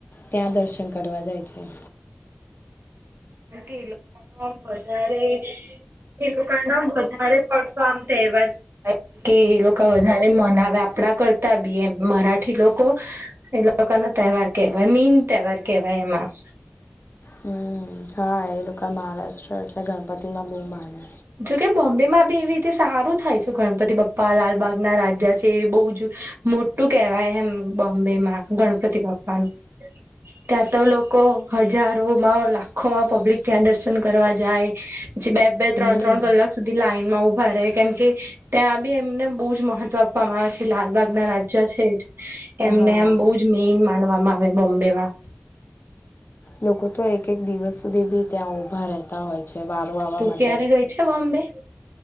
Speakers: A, on the left; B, on the right.
A: ત્યાં દર્શન કરવા જાય છે.
B: કારણ કે લોકો આમ વધારે એ લોકોના વધારે પડતો આમ તેહવાર કે એ લોકો વધારે મનાવે આપણા કરતા બી એમ મરાઠી લોકો એ લોકો ન તહેવાર કેવાય મીન તહેવાર કેવાય એમાં.
A: હમ હા, એ લોકો મહારાષ્ટ્ર એટલે ગણપતિમાં બહુ માને.
B: જોકે બોમ્બેમાં બી એવી રીતે સારું થાય છે. ગણપતિ બપ્પા લાલબાગના રાજા છે બહુ જ મોટું કેવાય એમ બોમ્બે માં ગણપતિ બાપ્પાનું ત્યાં તો લોકો હજારોમાં લાખોમાં પબ્લિક ત્યાં દર્શન કરવા જાય પછી બે બે
A: હમ
B: ત્રણ-ત્રણ કલાક સુધી લાઈનમાં ઉભા રહે કેમ કે ત્યાં બી અમને બહુ મહત્વ અમારા જે લાલબાગ ના રાજા છે એમને
A: હા
B: એમ બહ જ મેઈન માનવામાં આવે બોમ્બે માં
A: લોકો તો એક એક દિવસ સુધી બી ત્યાં ઉઊભા રહેતા છે. વારો આવવા
B: તું
A: માટ
B: ક્યારે ગઈ છે બોમ્બે